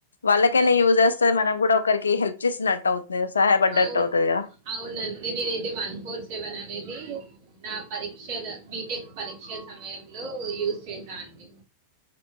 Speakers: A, on the left (about 75°); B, on the right (about 50°).
A: వాళ్ళకైనా
B: ఓకే.
A: యూజ్ అస్త మనం కూడా ఒకరికి హెల్ప్ చేసినట్టు అవుతది సహాయపడ్డట్టు
B: అవు
A: అవుతది కదా
B: అవునండి నేను ఇది వన్ ఫోర్ సెవెన్ అనేది నా పరీక్ష బీటెక్ పరీక్ష సమయంలో యూజ్ చేశా అండి